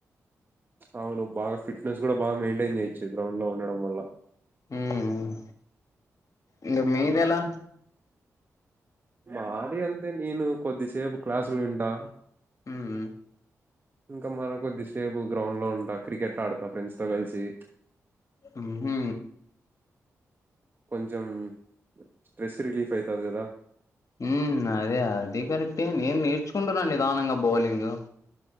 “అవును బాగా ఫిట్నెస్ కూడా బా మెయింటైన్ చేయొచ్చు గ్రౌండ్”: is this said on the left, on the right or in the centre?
Right